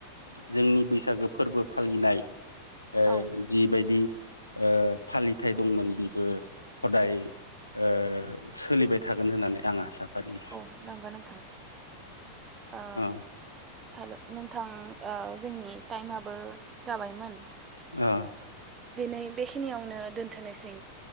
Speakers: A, on the left (about 85°); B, on the right (about 25°).
A: जोंनि बैसागो फोरबो फालिनाय ओ
B: औ
A: जिबायदि ओ फालिथाइ दंमोन बेबो हदाय ओ सोलिबाय थागोन होननानै आं आसा फारियो
B: औ नंगौ नोंथां औ
A: अ
B: हेल' नों थां ओ जोंनि टाइमाबो जाबायमोन।
A: ओ।
B: दिनै बेखिनियावनो दोनथ'नोसै।